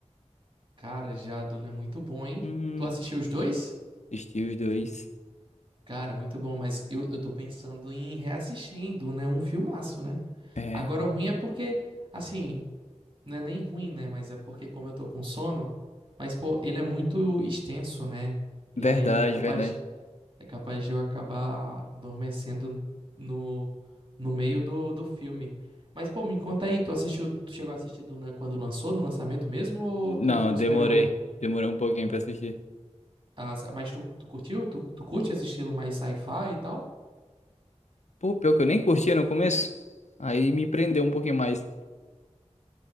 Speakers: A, on the right; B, on the left.
A: Cara, já Jaduna é muito bom, hein?
B: Hum,
A: Tu assistiu os dois?
B: assisti os dois.
A: Cara, muito bom, mas eu, eu tô pensando em reassistir, hein, Duna é um filmaço, né?
B: É,
A: Agora o ruim é porque, assim, não é nem ruim, né? Mas é porque como eu tô com sono, mas pô, ele é muito extenso, né? E
B: verdade,
A: aí é capaz,
B: verdade.
A: é capaz de eu acabar adormecendo no, no meio do, do filme. Mas pô, me conta aí, tu assistiu, tu chegou a assistir Duna quando lançou, no lançamento mesmo, ou
B: Não,
A: tu esperou?
B: demorei, demorei um pouquinho pra assistir.
A: Ah, mas tu, tu curtiu? Tu, tu curte esse estilo mais sci-fi e tal?
B: Pô, pior que eu nem curtia no começo, aí me prendeu um pouquinho mais,